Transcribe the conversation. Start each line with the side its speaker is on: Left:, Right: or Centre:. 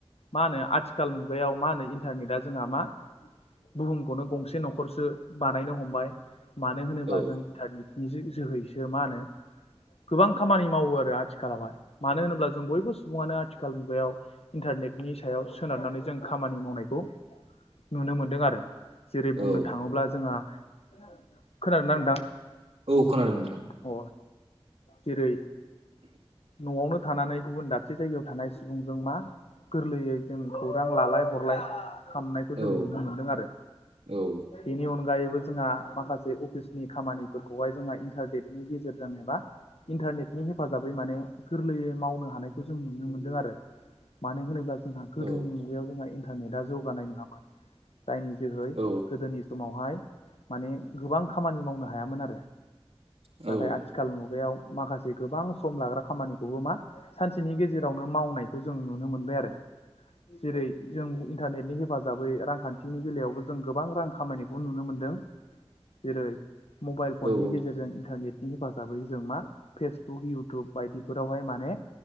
Left: मा होनो आथिखाल मुगायाव मा होनो इन्टारनेटआ जोंहा मा बुहुमखौनो गंसे न'खरसो बानायनो हमबाय। मानो होनोब्ला
Right: औ
Left: जों इन्टारनेटनि जो‌ जोहैसो मा होनो गोबां खामानि मावो आरो आथिखालावहाय मानो होनोब्ला जों बयबो सुबुङानो आथिखाल मुगायाव इन्टारनेटनि सायाव सोनारनानै जों खामानि मावनायखौ नुनो मोनदों आरो। जेरै
Right: औ
Left: बुंनो थाङोब्ला जोंहा खोनानोदोंनांदां।
Right: औ खोनादों नोंथां।
Left: अ जेरै न'आवनो थानानै गुबुन दाबसे जायगायाव थानानै सुबुंजों मा गोरलैयै जों खौरां लालाय हरलाय खामनायखौ जों
Right: औ
Left: नुनो मोनदों आरो
Right: औ
Left: बेनि अनगायैबो जोंहा माखासे अफिसनि खामानिफोरखौहाय जोंहा इन्टारनेटनि गेजेरजों एबा इन्टारनेटनि हेफाजाबै माने गोरलैयै मावनो हानायखौ जों नुनो मोनदों आरो मानो होनोबा जोंहा गोदोनि
Right: औ
Left: मुगायाव जोंहा इन्टारनेटा जौगानाय नङामोन जायनि जेरहै
Right: औ
Left: गोदोनि समावहाय माने गोबां खामानि मावनो हायामोन आरो
Right: औ
Left: नाथाय आथिखाल आथिखाल मुगायाव माखासे गोबां सम लाग्रा खामानिखौबो मा सानसेनि गेजेरावनो मावनायखौ जों नुनो मोनबाय आरो। जेरै जों इन्टारनेटनि हेफाजाबै रांखान्थिनि बेलायावबो जों गोबां रां खामायनाय नुनो मोनदों जेरै मबाइल फननि
Right: औ
Left: गेजेरजों इन्टारनेटनि हेफाजाबैयो जों मा फेसबुक इउटुब बायदिफोरावहाय माने